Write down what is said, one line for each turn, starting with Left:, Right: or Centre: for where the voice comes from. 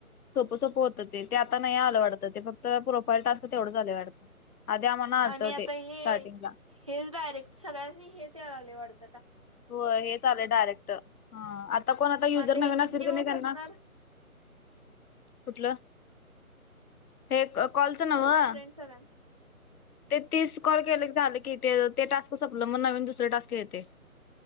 Left: सोपं सोपं होतं ते आता नाही आलं वाटतं ते फक्त प्रोफाईल टास्क तेवढंच आले वाटतं. आधी आम्हाला आलतं
Right: आणि आता
Left: ते
Right: हे
Left: स्टार्टिंग ला.
Right: हेच डायरेक्ट सगळ्याच नाही हेच याय आले वाटत.
Left: हो हेच चालेय डायरेक्टर ह आता कोण आता
Right: मग
Left: युजर
Right: हे
Left: नवीन
Right: किती
Left: असतील
Right: दिवस
Left: क नाही त्यांना.
Right: असणार
Left: कुठलं हे कॉ कॉलचं नवं.
Right: सलान.
Left: ते तीस कॉल केले झालं की ते ते टास्क संपलं मग नवीन दुसर टास्क घेतेय.